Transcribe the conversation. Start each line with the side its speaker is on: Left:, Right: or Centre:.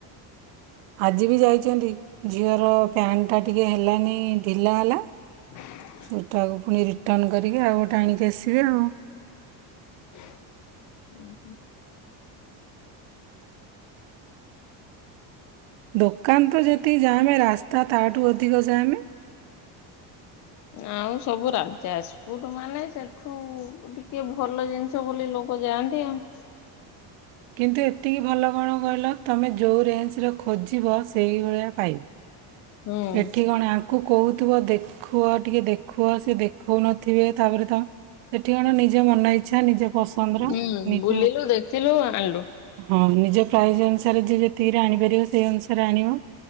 Right: ଆଜି ବି ଯାଇଛନ୍ତି ଝିଅର ପ୍ୟାଣ୍ଟ ଟା ଟିକେ ହେଲାନି ଢିଲା ହେଲା
Left: <inaudible>
Right: ସେଇଟାକୁ ପୁଣି ରିଟନ୍ କରିବି ଆଉ ଗୋଟେ ଆଣିକି ଆସିବେ ଆଉ।
Left: ଉଁ ହୁଁ।
Right: ଦୋକାନ ତ ଯେତିକି ଯାମେ ରାସ୍ତା ତାଠୁ ଅଧିକ ଯାମେ।
Left: ଆଉ ସବୁ ରାଜା ଆସ। କଉଠୁ ମାନେ ସେଠୁ ଟିକେ ଭଲ ଜିନିଷ ବୋଲି ଲୋକ ଯାଆନ୍ତି ଆଉ।
Right: କିନ୍ତୁ ଏତିକି ଭଲ କଣ କହିଲ ତମେ ଯଉ ରେଞ୍ଚ ର ଖୋଜିବ ସେଇଭଳିଆ ପାଇବ।
Left: ହୁଁ।
Right: ଏଠି କଣ ଆଙ୍କୁ କହୁଥିବ ଦେଖୁଅ ଟିକେ ଦେଖୁଅ ସିଏ ଦେ ଖଉନଥିବେ ତାପରେ ତ ସେଠି କଣ ନିଜ ମନ ଇ ଇଚ୍ଛା ନିଜ ପସନ୍ଦର
Left: ହୁଁ
Right: ନିଜ
Left: ବୁଲିଲୁ ଦେଖିଲୁ ଆଣିଲୁ
Right: ହଁ ନିଜ ପ୍ରାଇସ୍ ଅନୁସାରେ ଯିଏ ଯେତିକିରେ ଆଣିପାରିବ ସେଇ ଅନୁସାରେ ଆଣିବ